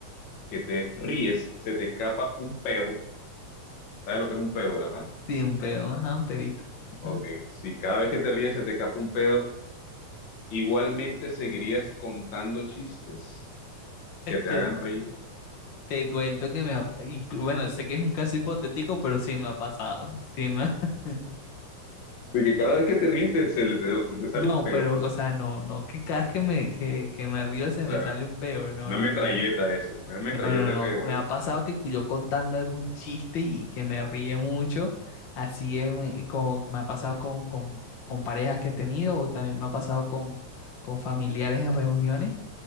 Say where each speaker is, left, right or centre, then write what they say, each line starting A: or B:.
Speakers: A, on the left (about 75°); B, on the left (about 55°).
A: que te ríes se te escapa un pedo, ¿sabes lo que es un pedo, verdad?
B: Sí, un pedo, ajá, un pedito.
A: Ok,
B: ajá.
A: si cada vez que te ríes se te escapa un pedo, Igualmente seguirías contando chistes
B: Este,
A: que te hagan reír.
B: te cuento que me ha, y cl- bueno, sé que es un caso hipotético, pero sí me ha pasado. Sí me ha- <laughs>
A: De que cada vez que te ríes te, se, le- te- se te sale
B: No,
A: un peo.
B: pero,
A: O
B: o sea, no, no, que cada vez que me, que, que me río se
A: sea,
B: me sale un peo. No,
A: una
B: no,
A: metralleta
B: no, no.
A: eso, una metralleta
B: No, no, no.
A: de peo
B: Me
A: ahí.
B: ha pasado que yo contando algún chiste y que me ríe mucho, así en- como me ha pasado con, con- con parejas que he tenido o también me ha pasado con, con familiares en reuniones